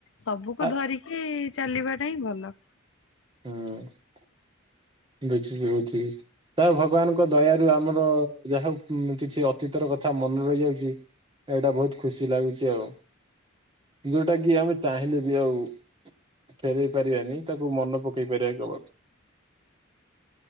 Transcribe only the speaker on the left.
ସବୁକୁ
ଧରିକି। ଚାଲିବାଟା ହିଁ ଭଲ।